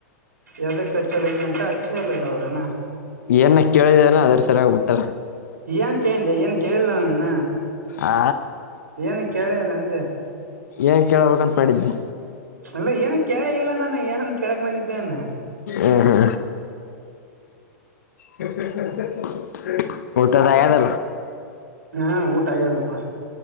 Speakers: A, on the right; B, on the left.
A: ಎದಕ್ಕೆ ಹಚ್ಚಲಾಗಿ ಅಂತ ಹಚ್ಚೇ ಇಲ್ಲಲ್ಲ ಅವ್ರೇನ
B: ಏನ ಕೇಳಿದ ಅದ್ರ ಸರಿಯಾಗಿಬಟ್ಟಾರೆ
A: ಏನ್ ಕೇಳಿಲ್ಲ ಏನ್ ಕೇಳಿಲ್ಲ ನನ್ನ
B: ಆ
A: ಏನ ಕೇಳಿಲ್ಲ ಅಂದೆ
B: ಏನ್ ಕೇಳಬೇಕಾಗಂತ ಮಾಡಿದ್ದಿ
A: ಅಲ್ಲ ಏನು ಕೇಳ ಇಲ್ಲ ನಾನು ಏನನ್ ಕೇಳಕ್ ಬಂದಿದ್ದೇಾನ
B: ಆ ಹಾ ಕೇ <unintelligible> ಊಟ ಸ ಆ
A: ಹಾ ಊಟ ಆಗ್ಯದಪ್ಪ